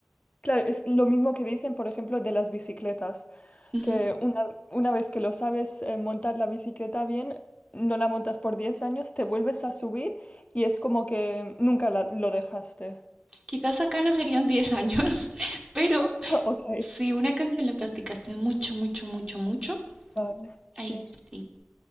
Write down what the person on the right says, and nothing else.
Ujú.
Quizás acá no serían 10 años, <laughs> pero
si una canción la practicaste mucho, mucho, mucho, mucho,
ahí sí.